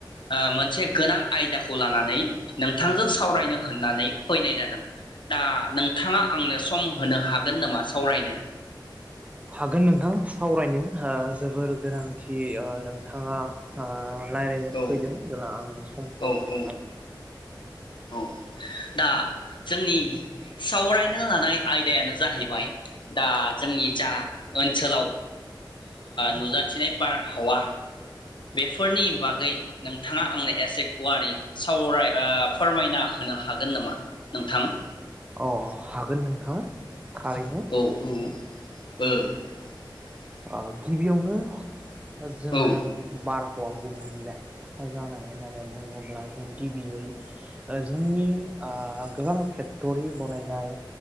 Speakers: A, on the left; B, on the right.
A: ओ मोनसे गोनां आयदाखौ लानानै नोंथांजों सावरायनो होननानै फैनाय जादों। दा नोंथाङा आंनो सम होनो हागोन नामा सावरायनो?
B: हागोन नोंथां सावरायनो ओ जोबोर गोनांथि ओ नोंथाङा ओ लायरानोफैदो
A: औ
B: हागोन
A: औ औ औ दा जोंनि सावरायनो लानाय आयदायानो जाहैबाय दा जोंनि जा ओनसोलाव नुजाथिनाय बारहावा बेफोरनि बागै नोंथाङा आंनो एसे गुवारै सावराय फोरमायना होनो हागोन नामा नोंथां
B: अ हागोन नोंथां
A: औ
B: थारैनो
A: औ ओ
B: अ गिबियावनो जोङो
A: औ
B: बार गुबुंले जानाय होननानै बुङोब्ला जों गिबियै जोंनि गोबां फेकथरि बनायनाय